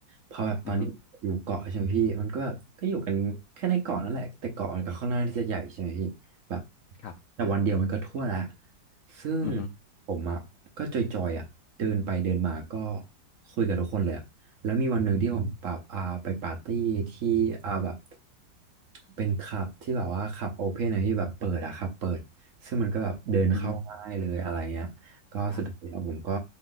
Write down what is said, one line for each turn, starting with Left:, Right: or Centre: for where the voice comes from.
Right: พอแบบตอนที่อยู่เกาะใช่ไหมพี่มันก็แบบก็อยู่กันแค่ในเกาะนั่นแหละแต่เกาะมันก็ค่อนข้างที่จะใหญ่ใช่ไหมพี่แบบ
Left: อือฮึครับ
Right: แต่วันเดียวมันก็ทั่วละซึ่ง
Left: อือฮึ
Right: ผมอ่ะก็จอยๆอ่ะเดินไปเดินมาก็คุยกับทุกคนเลยอะ แล้วมีวันหนึ่งที่ผมแบบอ่าไปปาร์ตี้ที่อ่าแบบเป็นคลับที่แบบว่าคลับโอเพนอะที่แบบเปิดอะคลับเปิดซึ่งมันก็แบบเดินเข้าง่ายเลยอะไรเงี้ยก็สุดท้ายแล้วผมก็
Left: อือฮึครับ